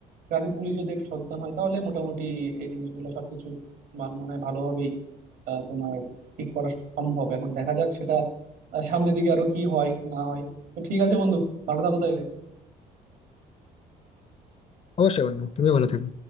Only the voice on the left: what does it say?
অবশ্যই বন্ধু তুমিও ভালো থেকো